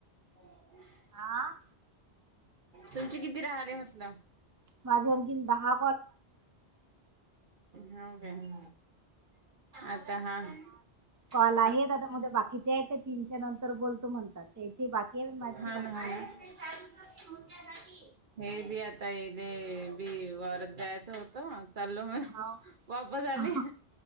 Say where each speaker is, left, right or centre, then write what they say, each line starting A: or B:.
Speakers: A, on the right; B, on the right.
A: <unintelligible>
B: आ
A: तुमचे किती राहल म्हटलं.
B: माझ आणखीन दहा.
A: हाव काय? आता हा
B: कॉल
A: हा
B: आहेत आता म बाकीचे आहेत ते तीनच्या नंतर बोलतो म्हणतात, त्याची बाकी आहे माझी
A: हा ना
B: बाकी
A: हा
B: आहे.
A: <unintelligible> हे बी आता येले, बी वरत जायचं होतं. चाललो मग
B: हो,
A: वापस आले
B: अहं,